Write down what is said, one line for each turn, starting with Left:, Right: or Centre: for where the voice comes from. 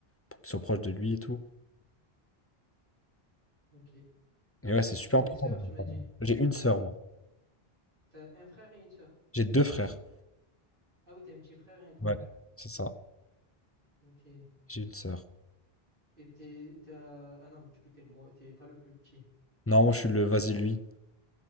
Left: pour qu'il soit proche de lui et tout.
Right: Ok. Et
Left: Et ouais, c'est super
Right: t'as
Left: important.
Right: des sœurs,
Left: de-
Right: tu m'as dit?
Left: J'ai une sœur, moi.
Right: T'as un frère et une sœur.
Left: J'ai deux frères.
Right: Ah oui, t'as un petit frère et un grand
Left: Ouais,
Right: frère.
Left: c'est ça.
Right: Ok. Et
Left: J'ai une sœur.
Right: t'es, t'as... Ah non, mais du coup, t'es le, mo- t'es pas le plus petit.
Left: Non, moi, je suis le vas-y, lui.